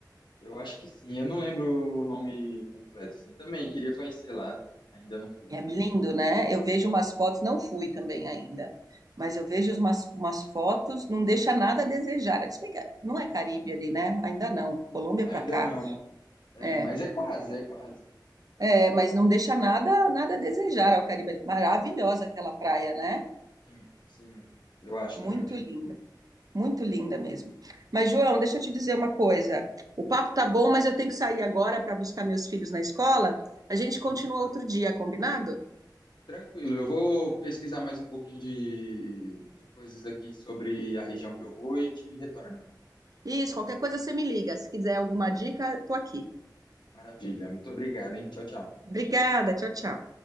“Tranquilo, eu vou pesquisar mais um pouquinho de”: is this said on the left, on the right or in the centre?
Left